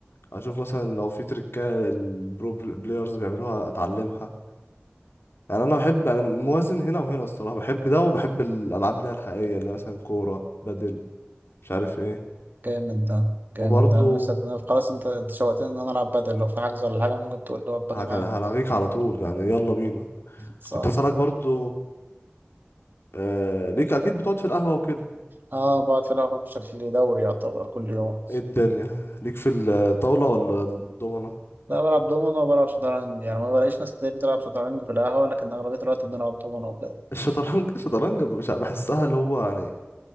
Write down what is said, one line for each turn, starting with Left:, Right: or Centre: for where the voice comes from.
Left: اشوف مثلا لو في تريكات البرو بل- بلايرز بيعملوها اتعلمها يعني انا بحب انا موازن هنا وهنا الصراحه بحب ده وبحب الالعاب اللي هي الحقيقيه اللي هي مثلا كوره بدل مش عارف ايه
Right: جامد ده جامد
Left: وبرضو
Right: ده انا نفسي أت- خلاص انت انت شوقتني ان انا العب بدل لو في حجز ولا حاجه ممكن تقول لي ابقى
Left: هك-
Right: معاك
Left: هلغيك على طول يعني يلا بينا
Right: صح
Left: كنت هسألك برضو آه ليك اكيد بتقعد في القهوه وكده
Right: اه بقعد في القهوه بشكل دوري يعتبر كل يوم
Left: ايه الدنيا ليك في الطاوله ولا الضمنه
Right: لا بلعب دومينو وبلعب شطرنج يعني ما بلاقيش ناس كتير بتلعب شطرنج في القهوه لكن اغلبيه الوقت بنلعب دومينو وكده
Left: الشطرنج الشطرنج مش- بحسها اللي هو يعني